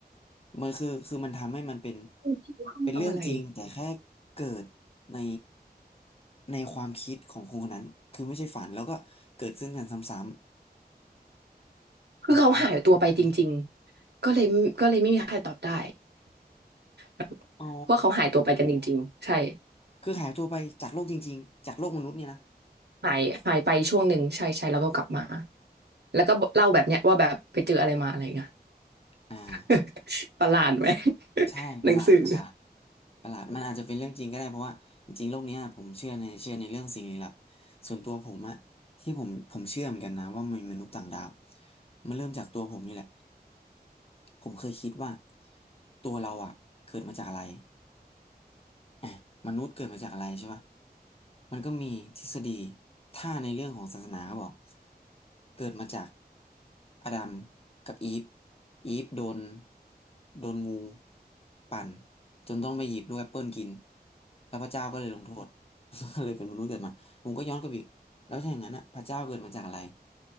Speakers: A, on the left (about 35°); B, on the right (about 85°).
A: มันคือคือมันทำให้มันเป็น
B: <laughs>
A: เป็นเรื่องจริงแต่แค่เกิดใน
B: เอาอะไร
A: ในความคิดของคนคนนั้นคือไม่ใช่ฝันแล้วก็เกิดขึ้นกันซ้ำๆอ๋อนะเหมือนกันนะ
B: คือเขาหายตัวไปจริงๆก็เลยก็เลยไม่มีใครตอบได้ <laughs>
A: อ๋อ
B: เพราะว่าเขาหายตัวไปกันจริงๆใช่
A: คือหายตัวไปจากโลกจริงๆจากโลกมนุษย์เนี่ยนะ
B: หายหายไปช่วงหนึ่งใช่ใช่แล้วก็กลับมาแล้วก็เล่าแบบเนี้ยว่าแบบไปเจออะไรมาอะไรเงี้ย
A: อ่า
B: <laughs> ประหลาดไหม <laughs>
A: ใช่ประหลาดประหลาด
B: หนังสือ
A: ประหลาดมันอาจจะเป็นเรื่องจริงก็ได้เพราะว่าจริงๆโลกเนี้ยผมเชื่อในเชื่อในเรื่องสิ่งลี้ลับส่วนตัวผมอะที่ผมผมเชื่อเหมือนกันนะว่ามีมนุษย์ต่างดาวมันเริ่มจากตัวผมนี่แหละผมเคยคิดว่าตัวเราอะเกิดมาจากอะไร อ่ะมนุษย์เกิดมาจากอะไรใช่ปะมันก็มีทฤษฎีถ้าในเรื่องของศาสนาเขาบอกเกิดมาจากอาดัมกับอีฟอีฟโดนโดนงูปั่นจนต้องไปหยิบลูกแอปเปิลกิน แล้วพระเจ้าก็เลยลงโทษ <laughs> ก็เลยเป็นมนุษย์เกิดมา ผมก็ย้อนกลับอีกแล้วถ้าอย่างนั้นอ่ะพระเจ้าเกิดมาจากอะไร